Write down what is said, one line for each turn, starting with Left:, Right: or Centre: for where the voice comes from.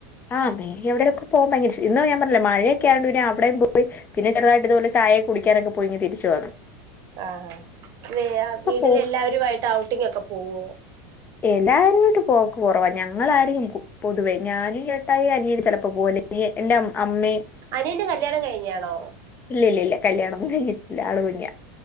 Left: ആഹ് <unintelligible> എവിടെലൊക്കെ പോവാൻ ഭയങ്കര ഇഷ്ടാ ഇന്ന് ഞാൻ പറഞ്ഞില്ലേ മഴയൊക്കെ ആയത് കൊണ്ട് അവിടെയും പോയി പിന്നെ ചെറുതായിട്ട് ഇതുപോലെ ചായ ഒക്കെ കുടിക്കാനൊക്കെ പോയി തിരിച്ചുവന്നു.
Right: അഹ് ആഹ് വേ വീട്ടില്
Left: പോവും
Right: എല്ലാവരുവായിട്ട് ഔട്ടിങ് ഒക്കെ പോവോ
Left: എല്ലാരും ആയിട്ട് പോക്ക് കൊറവാ ഞങ്ങളാരും പൊതുവേ ഞാനും ചേ ചേട്ടായി അനിയന് ചിലപ്പോ പോ വല് എന്റെ അമ്മയും
Right: അനിയന്റെ കല്യാണം കഴിഞ്ഞാണോ
Left: ഇല്യ ഇല്യ ഇല്യ കല്യാണ ഒന്നും കഴിഞ്ഞിട്ടില്ല ആള് കുഞ്ഞ